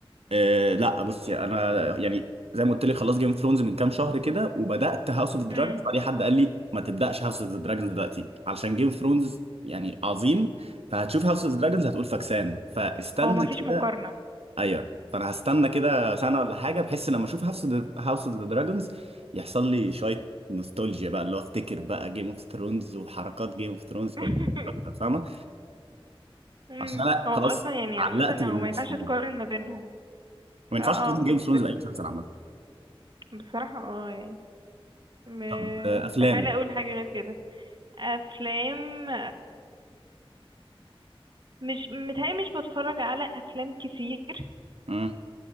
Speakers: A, on the right (about 85°); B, on the right (about 50°).
A: آه لا بصي انا يعني زي ما قلت لك خلاص جيم اوف ثرونز من كام شهر كده وبدات هاوس اوف دراجونز
B: مم.
A: بعدين حد قال لي ما تبداش هاوس اوف دراجونز دلوقتي علشان جيم اوف ثرونز يعني عظيم فهتشوف هاوس اوف دراجونز هتقول فاكسان فاستنى
B: هو مفيش
A: كده
B: مقارنة
A: ايوه فانا هستنى كده سنه ولا حاجه بحس لما اشوف هاوس هاوس اوف دراجونز يحصل لي شويه نوستالجيا بقى اللي هو افتكر بقى جيم اوف ثرونز وحركات جيم اوف ثرونز طب
B: <laughs>
A: اكتر فاهمه
B: مم.
A: عشان انا
B: هو
A: خلاص
B: اصلا يعني
A: علقت
B: عامة
A: بالممثلين
B: هو ما ينفعش تقارن ما بينهم
A: ما ينفعش
B: اه اه
A: اقارن جيم
B: بس
A: اوف ثرونز باي مسلسل عامه
B: بصراحة اه يعني م-
A: طب آه، افلام
B: استحالة اقول حاجة غير كده افلام مش متهيألي مش بتفرج على افلام كتير
A: امم